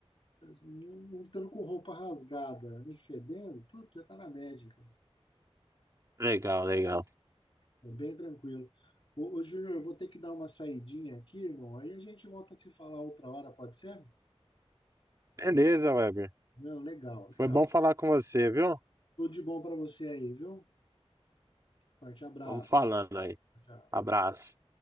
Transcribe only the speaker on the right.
Legal, legal.
Beleza, Weber.
Foi bom falar com você, viu?
Vamos falando aí.
Abraço.